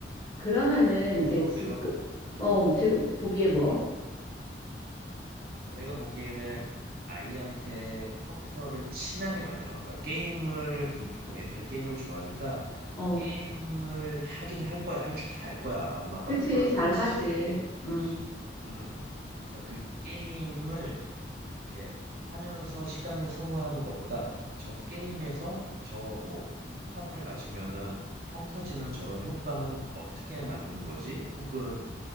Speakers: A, on the left; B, on the right.
A: 그러면은
B: 음, 그래서
A: 이제 지금
B: 내가 보, 음,
A: 어 지금 보기에 뭐?
B: 내가 보기에는 아이한테 컴퓨터를 친하게 만드는 거니까 게임을 부- 보통 애들은 게임을 좋아하니까
A: 어,
B: 게임을 하긴 할 거야, 할 줄 다 알 거야. 엄마 아빠들이
A: 그치
B: 몰라서
A: 잘하지.
B: 그렇지.
A: 응.
B: 음, 그래서 그 게임을 이렇게 하면서 시간을 소모하는 것보다 저 게임에서 저뭐 폭탄을 맞으면은 펑 터지는 저런 효과는 어떻게 만드는 거지? 혹은